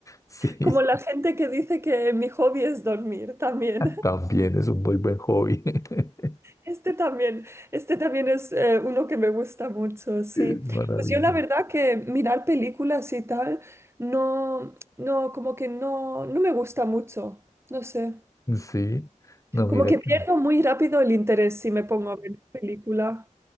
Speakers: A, on the left; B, on the right.
A: Sí,
B: Como la gente que dice que mi hobby es dormir también.
A: también es un muy buen hobby. <laughs>
B: Este también, este también es eh, uno que me gusta mucho,
A: <laughs>
B: sí.
A: Es maravilloso.
B: Pues yo la verdad que mirar películas y tal, no, no, como que no, no me gusta mucho, no sé.
A: Sí, no,
B: Como
A: mira
B: que
A: que
B: pierdo muy rápido el interés si me pongo a ver película.